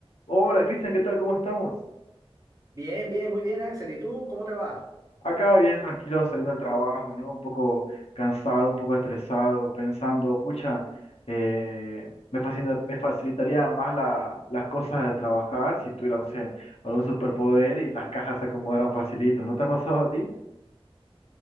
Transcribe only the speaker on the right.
Bien, bien, muy bien, Axel. ¿Y tú cómo te va?